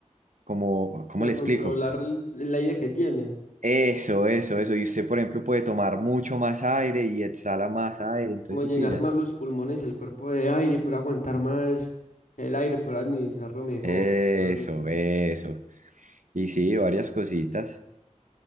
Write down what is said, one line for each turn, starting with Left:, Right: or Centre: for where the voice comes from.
Right: como, ¿cómo
Left: a
Right: le
Left: controlar
Right: explico?
Left: el, el aire que tiene,
Right: Eso, eso, eso. Y usted, por ejemplo, puede tomar mucho más aire y exhala más aire, entonces
Left: como llenar
Right: sí pilla.
Left: más los pulmones, el cuerpo de aire, y poder aguantar más el aire, poder administrarlo mejor.
Right: Eso,
Left: todo eso.
Right: eso. Y sí, varias cositas.